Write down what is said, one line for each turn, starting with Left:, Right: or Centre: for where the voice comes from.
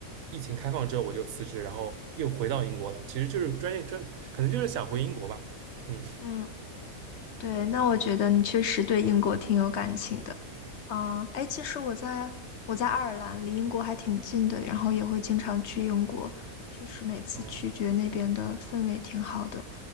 Right: 疫情开放之后我就辞职，然后又回到英国了。其实就是专业专，可能就是想回英国吧。嗯，
Left: 嗯，对，那我觉得你确实对英国挺有感情的。啊。哎，其实我在我在爱尔兰，离英国还挺近的，然后也会经常去英国，确实每次去觉得那边的氛围挺好的。
Right: 哦。